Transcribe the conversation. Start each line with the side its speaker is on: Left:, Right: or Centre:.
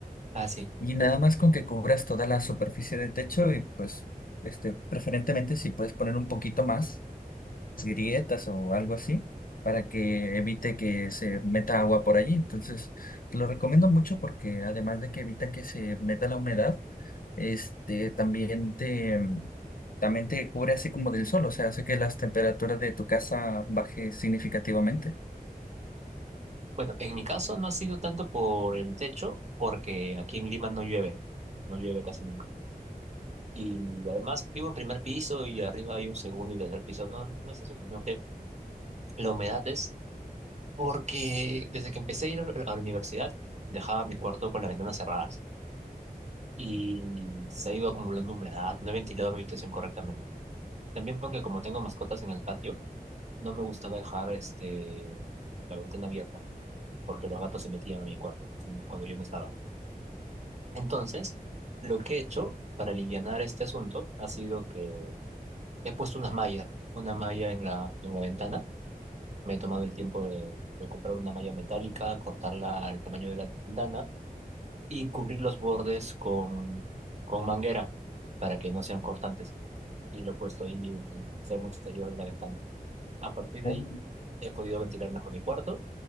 Right: ah, sí.
Left: Y nada más con que cubras toda la superficie del techo y pues este, preferentemente si puedes poner un poquito más grietas o algo así para que evite que se meta agua por allí. Entonces, te lo recomiendo mucho porque además de que evita que se meta la humedad, este también te también te cubre así como del sol, o sea, hace que las temperaturas de tu casa baje significativamente.
Right: Bueno, en mi caso no ha sido tanto por el techo, porque aquí en Lima no llueve, no llueve casi nunca. Y además vivo en primer piso y arriba hay un segundo y tercer piso. No, no es eso, sino que la humedad es porque desde que empecé a ir a la universidad dejaba mi cuarto con las ventanas cerradas y se ha ido acumulando humedad, no he ventilado mi habitación correctamente. También porque como tengo mascotas en el patio, no me gustaba dejar este, la ventana abierta porque los gatos se metían a mi cuarto cuando yo no estaba. Entonces, lo que he hecho para alivianar este asunto ha sido que he puesto una malla, una malla en la, en la ventana. Me he tomado el tiempo de, de comprar una malla metálica, cortarla al tamaño de la ventana y cubrir los bordes con, con manguera para que no sean cortantes. Y lo he puesto ahí en el extremo exterior de la ventana. A partir de
Left: Oh,
Right: ahí he podido ventilar mejor mi cuarto